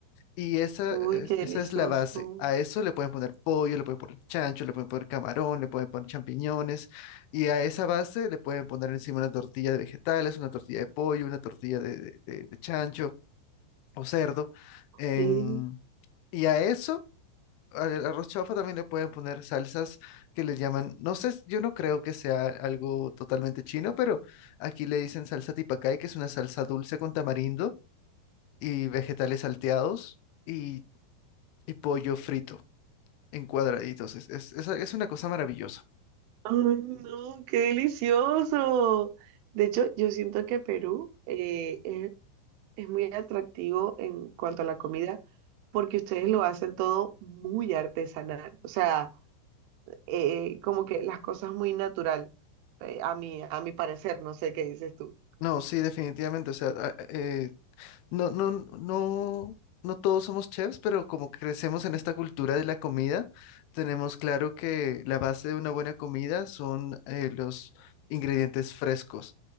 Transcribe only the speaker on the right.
Uy,
qué delicioso.
Sí.
Ay, no, qué delicioso. De hecho, yo siento que Perú eh, es, es muy atractivo en cuanto a la comida porque ustedes lo hacen todo muy artesanal. O sea, eh, como que las cosas muy natural, eh, a mí, a mi parecer, no sé qué dices tú.